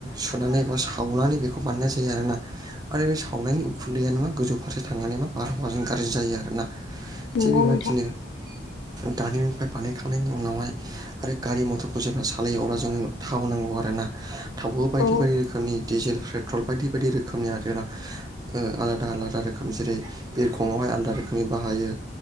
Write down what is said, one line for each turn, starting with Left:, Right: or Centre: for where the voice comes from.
Right: सुनानै बा सावनानै बेखौ बानायनाय जायो आरोना। आरो बे सावनायनि उखुन्दैयानो मा गोजौ फारसे थांनानै मा बारहावाजों गारजि जायो आरोना।
Left: नंगौ
Right: थिग बेबायदिनो
Left: नोंथां
Right: दारिमिननिफ्राय बानायखांनायनि उनावहाय आरो गारि मथरखौ जेब्ला सालायो अब्ला जोंङो थाव नांगौ आरो ना। थावबो बायदि
Left: औ
Right: बायदि रोखोमनि डिजेल पेट्रल बायदि बायदि रोखोमनि आरोना। ओ आलादा आलादा रोखोम जेरै बिरखंआवहाय आलादा रोखोमनि बाहायो।